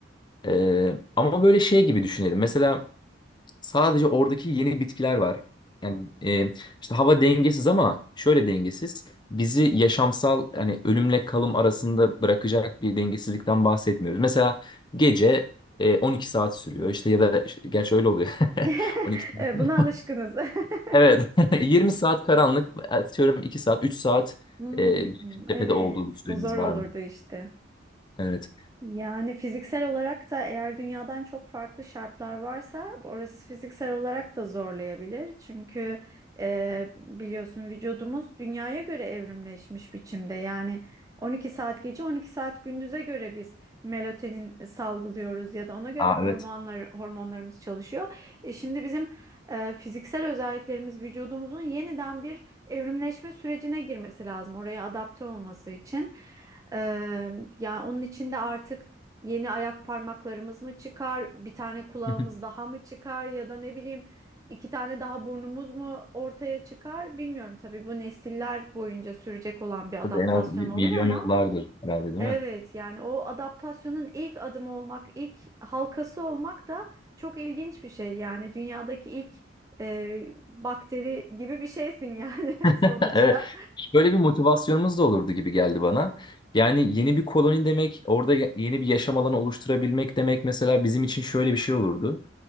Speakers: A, on the left; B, on the right.
A: E, ama böyle şey gibi düşünelim. Mesela Sadece oradaki yeni bitkiler var. Yani e, işte hava dengesiz ama şöyle dengesiz. Bizi yaşamsal hani ölümle kalım arasında bırakacak bir dengesizlikten bahsetmiyoruz. Mesela gece e, 12 saat sürüyor işte ya da işte- gerçi öyle oluyor.
B: <laughs>
A: <laughs> 12
B: Evet,
A: saat.
B: buna alışkınız. <laughs>
A: Evet. <laughs> 20 saat karanlık atıyorum 2 saat 3 saat
B: Hmm,
A: e, tepede
B: evet,
A: olduğu bir süremiz
B: bu zor olurdu
A: var mı?
B: işte.
A: Evet.
B: Yani fiziksel olarak da eğer dünyadan çok farklı şartlar varsa orası fiziksel olarak da zorlayabilir. Çünkü e, biliyorsun vücudumuz dünyaya göre evrimleşmiş biçimde. Yani 12 saat gece 12 saat gündüze göre biz melatonin salgılıyoruz ya da ona göre
A: Aa
B: hormonlar
A: evet.
B: hormonlarımız çalışıyor. E şimdi bizim e, fiziksel özelliklerimiz vücudumuzun yeniden bir evrimleşme sürecine girmesi lazım oraya adapte olması için. Ee, yani onun içinde artık yeni ayak parmaklarımız mı çıkar, bir tane kulağımız
A: <laughs>
B: daha mı çıkar ya da ne bileyim iki tane daha burnumuz mu ortaya çıkar bilmiyorum. Tabii bu nesiller boyunca sürecek olan bir adaptasyon
A: Burada en az bir
B: olur
A: milyon
B: ama
A: yıllardır herhalde değil
B: evet
A: mi?
B: yani o adaptasyonun ilk adımı olmak, ilk halkası olmak da çok ilginç bir şey. Yani dünyadaki ilk e, bakteri gibi bir şeysin yani
A: <laughs>
B: <laughs> sonuçta.
A: Evet. Böyle bir motivasyonumuz da olurdu gibi geldi bana. Yani yeni bir koloni demek, orada ya- yeni bir yaşam alanı oluşturabilmek demek mesela bizim için şöyle bir şey olurdu.